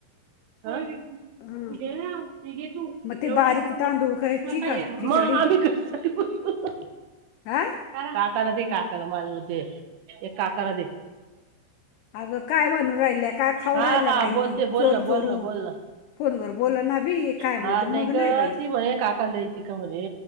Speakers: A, on the right; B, on the left.
A: ह <unintelligible>
B: हां
A: मी घे तू
B: मग ते
A: एवढं
B: बारीक
A: <unintelligible> तुम्हाला पाहिजे
B: तांदूळ
A: का?
B: खायची खिचडी
A: मग आम्ही कशा साठी <unintelligible>
B: आ.
A: काकाला दे काकाला माल दे ते काकाला दे.
B: अगं काय म्हणून राहिल्या काय खाऊ
A: हा
B: राहिल्या
A: हा,
B: बाई
A: बोलते बोल
B: चोरू
A: ना
B: चोरू
A: बोल ना, बोल ना.
B: फोनवर बोला ना बी काय
A: हा
B: मध्ये
A: नाही
B: मग
A: गं,
B: बाई
A: ती म्हणे काका द्यायची का म्हणे.